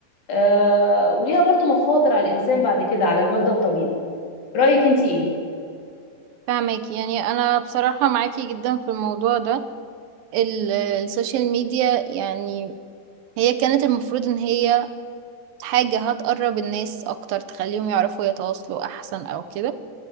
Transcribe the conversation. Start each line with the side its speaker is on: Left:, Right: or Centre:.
Left: آه وليها برضو مخاطر على الإنسان بعد كده على المدى الطويل رأيك أنت إيه؟
Right: فاهماكي يعني انا بصراحه معاكي جدا في الموضوع ده ال- السوشيال ميديا يعني هي كانت المفروض ان هي حاجه هتقرب الناس اكتر تخليهم يعرفوا يتواصلوا احسن او كده